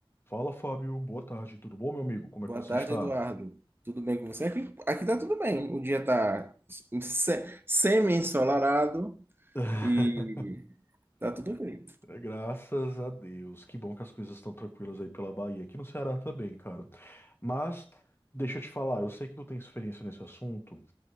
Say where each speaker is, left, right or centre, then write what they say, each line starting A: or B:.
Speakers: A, on the left; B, on the right.
A: Fala, Fábio. Boa tarde. Tudo bom, meu amigo? Como
B: Boa
A: é que você
B: tarde,
A: está?
B: Eduardo. Tudo bem com você? Aqui, aqui tá tudo bem. O dia tá se- semi-ensolarado
A: <laughs>
B: e tá tudo bem.
A: É, Graças a Deus. Que bom que as coisas estão tranquilas aí pela Bahia. Aqui no Ceará também, cara. Mas deixa eu te falar, eu sei que tu tem experiência nesse assunto.